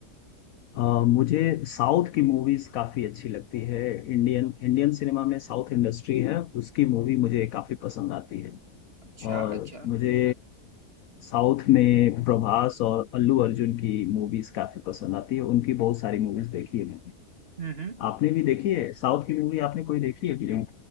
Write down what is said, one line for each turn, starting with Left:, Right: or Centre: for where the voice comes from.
Left: अ, मुझे साउथ की मूवीज काफी अच्छी लगती है इंडियन इंडियन सिनेमा में साउथ इंडस्ट्री है उसकी मूवी मुझे काफी पसंद आती है
Right: अच्छा
Left: और
Right: अच्छा
Left: मुझे साउथ में प्रभास और अल्लू अर्जुन की मूवीज काफी पसंद आती है उनकी बहुत सारी मूवीज देखी है मैंने
Right: हम्म
Left: आपने भी देखी है साउथ की मूवी आपने कोई देखी है कि नहीं